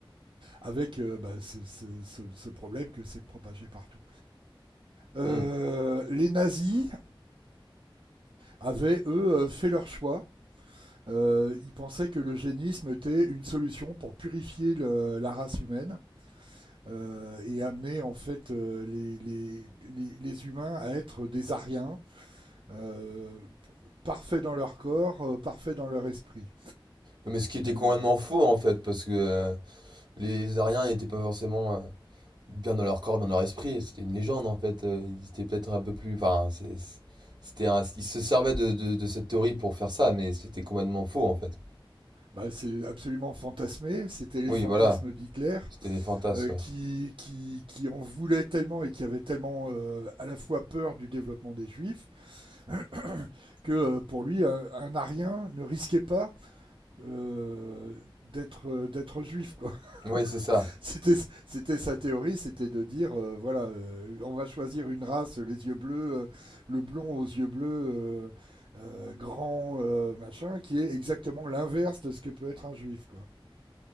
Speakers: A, on the right; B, on the right.
A: avec euh, bah, ce, ce- ce- ce problème que c'est propagé partout. Euh,
B: Hmm.
A: les nazis avaient, eux, euh, fait leur choix. Euh, ils pensaient que l'eugénisme était une solution pour purifier le- la race humaine euh, et amener en fait euh, les, les, les, les, humains à être des Ariens, euh, parfaits dans leur corps, euh, parfaits dans leur esprit.
B: Mais ce qui était
A: Euh,
B: complètement faux en fait, parce que euh, les Ariens n'étaient pas forcément euh, bien dans leur corps, bien dans leur esprit. C'était une légende en fait. Euh, Ils étaient peut-être un peu plus. Enfin, c'est- c'était un- ils se servaient de, de- de cette théorie pour faire ça, mais c'était complètement faux en fait.
A: Bah, c'est absolument fantasmé, c'était les
B: Oui,
A: fantasmes
B: voilà.
A: d'Hitler.
B: C'était des fantasmes,
A: Euh, qui,
B: ouais.
A: qui, qui, en voulait tellement et qui avait tellement euh, à la fois peur du développement des juifs <coughs> que euh, pour lui un, un arien ne risquait pas euh, d'être d'être juif quoi
B: Oui, c'est ça.
A: C'était, c'était sa théorie, c'était de dire, euh, voilà, euh, on va choisir une race, les yeux bleus, euh, le blond aux yeux bleus, euh, euh, grand, euh, machin, qui est exactement l'inverse de ce que peut être un juif. Quoi.